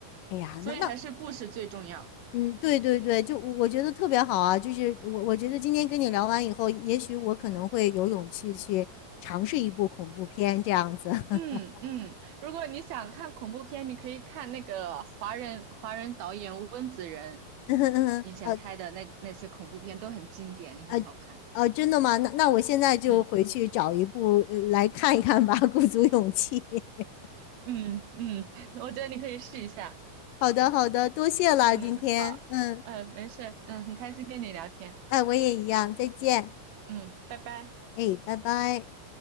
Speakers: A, on the left; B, on the right.
A: 哎呀，
B: 所以还是故事最重要。
A: 那那，嗯，对对对，就我觉得特别好啊，就是我我觉得今天跟你聊完以后，也许我可能会有勇气去尝试一部恐怖片这样子。<laughs>
B: 嗯嗯，如果你想看恐怖片，你可以看那个华人华人导演温子仁
A: 嗯嗯嗯呃
B: 以前拍的那那些恐怖片都很经典，也很好看。
A: 呃呃，真的吗？那那我现在就回去找一部呃来看一看吧，
B: 嗯
A: 鼓足勇气。<laughs>
B: 嗯嗯，<laughs> 我觉得你可以试一下。
A: 好的，好的，多谢了今天，
B: 嗯，好，
A: 嗯，
B: 嗯、没事，嗯，很开心跟你聊天。
A: 哎，我也一样，再见。
B: 嗯，拜拜。
A: 哎，拜拜。